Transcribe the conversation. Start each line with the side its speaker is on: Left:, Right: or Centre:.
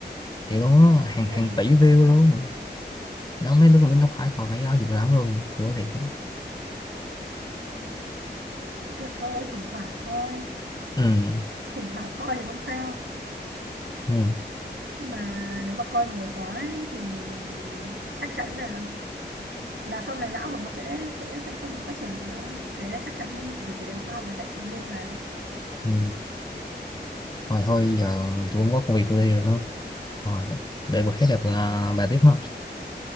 Left: thì luôn á hàng hàng
Right: ừ.
Left: tỷ view luôn nó mấy đứa con nó khoái coi mấy đó dữ lắm luôn thua thiệt đó.
Right: cũng được thôi thỉnh thoảng thôi
Left: ừ
Right: thỉnh thoảng coi thì không sao
Left: ừ
Right: nhưng mà nếu mà coi nhiều quá ấy, thì chắc chắn là là sau này não của nó sẽ sẽ sẽ không được phát triển được đâu cái đấy là chắc chắn luôn vì cái đấy khoa học người ta đã chứng minh mà
Left: ừ rồi thôi giờ tôi cũng có công việc tôi đi rồi ha rồi để bữa khác gặp là bà tiếp ha